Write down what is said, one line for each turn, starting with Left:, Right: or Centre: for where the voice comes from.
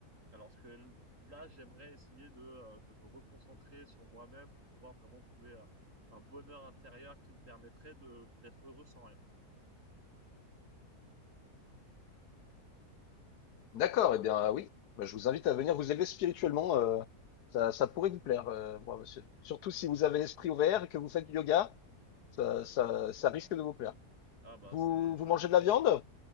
Right: Alors que l- là, j'aimerais essayer de, euh, de me reconcentrer sur moi-même pour pouvoir vraiment trouver euh, un bonheur intérieur qui me permettrait de d'être heureux sans rien.
Left: D'accord. Eh bien, ah oui. Bah, je vous invite à venir vous élever spirituellement. euh, ça, ça pourrait vous plaire, euh, moi, monsieur. Surtout si vous avez l'esprit ouvert et que vous faites du yoga, ça, ça, ça risque de vous plaire.
Right: Ah bah
Left: Vous,
Right: c'est, je,
Left: vous mangez
Right: je pense,
Left: de la viande?
Right: je-